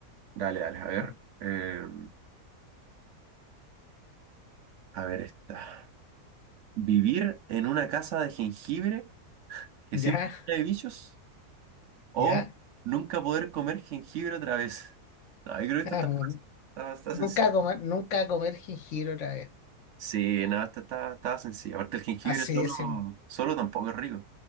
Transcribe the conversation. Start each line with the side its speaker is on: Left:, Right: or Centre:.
Right: Dale, dale, a ver.
Left: Ah.
Right: eh, a ver esta. ¿Vivir en una casa de jengibre que
Left: Ya.
Right: siempre trae bichos? ¿O
Left: ¿Ya?
Right: nunca poder comer jengibre otra vez? No, yo creo que esta
Left: Ah,
Right: está
Left: bu-
Right: fácil. Está, está
Left: nunca
Right: sencilla.
Left: comer, nunca comer jengibre otra vez.
Right: Sí, nada, esta está, está sencilla. Aparte, el jengibre
Left: Así
Right: solo,
Left: es. Sí.
Right: solo tampoco es rico.